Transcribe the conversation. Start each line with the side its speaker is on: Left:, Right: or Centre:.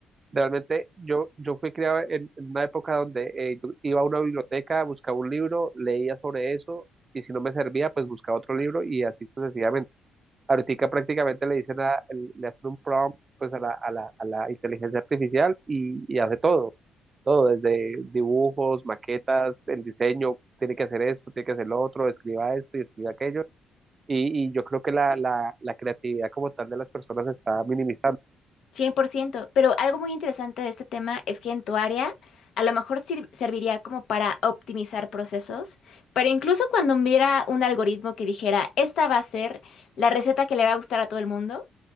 Right: Realmente yo, yo fui criado en, en una época donde eh, yo iba a una biblioteca, buscaba un libro, leía sobre eso y si no me servía, pues buscaba otro libro y así sucesivamente. Ahorita prácticamente le dicen a, le hacen un prompt pues a la, a la, a la inteligencia artificial y, y hace todo, todo, desde dibujos, maquetas, el diseño, tiene que hacer esto, tiene que hacer lo otro, escriba esto y escriba aquello. Y, y yo creo que la, la, la creatividad como tal de las personas se está minimizando.
Left: cien por ciento pero algo muy interesante de este tema es que en tu área a lo mejor sir- serviría como para optimizar procesos, pero incluso cuando hubiera un algoritmo que dijera, esta va a ser la receta que le va a gustar a todo el mundo,